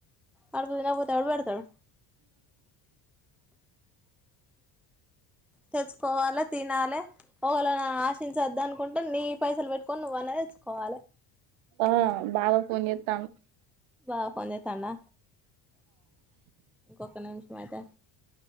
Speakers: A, in the centre; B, on the right.
A: కడుపుకి తినకపోతే ఎవరు పెడతారు తెచ్చుకోవాలి తినాలి ఒకల్ని ఆశించద్దు అనుకుంటే నీ పైసలు పెట్టుకొని నువ్వ అయినా తెచ్చుకోవాలి
B: ఆ బావ ఫోన్ చేస్తాండు
A: గా పనిచేస్తుందా ఇంకొక్క నిమిషం మాద